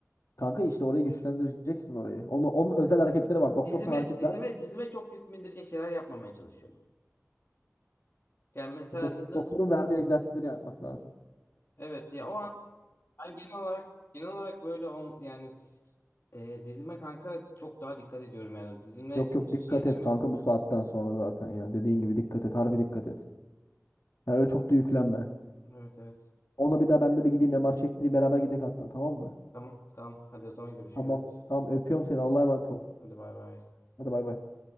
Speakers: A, on the left; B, on the left.
A: Kanka işte orayı güçlendireceksin orayı. Onu, onun özel hareketleri var. Doktor
B: Dizime
A: sana hareket
B: dizime
A: ver.
B: dizime çok yük bindirecek şeyler yapmamaya çalışıyorum. Yani mesela
A: Dok-
B: nasıl
A: doktorun verdiği egzersizleri yapmak lazım.
B: evet ya o an ben genel olarak genel olarak böyle ol- yani s- e, dizime kanka çok daha dikkat ediyorum yani dizimle
A: Yok
B: karşı
A: yok dikkat
B: şeylerimi.
A: et kanka bu saatten sonra zaten ya. Dediğin gibi dikkat et. Harbi dikkat et. Yani öyle çok da yüklenme.
B: Evet evet.
A: Ona bir daha ben de bir gideyim MR çektireyim beraber gidek hatta tamam mı?
B: Tamam tamam. Hadi o zaman görüşürüz.
A: Tamam. Tamam öpüyorum seni. Allah'a emanet ol.
B: Hadi bay bay.
A: Hadi bay bay.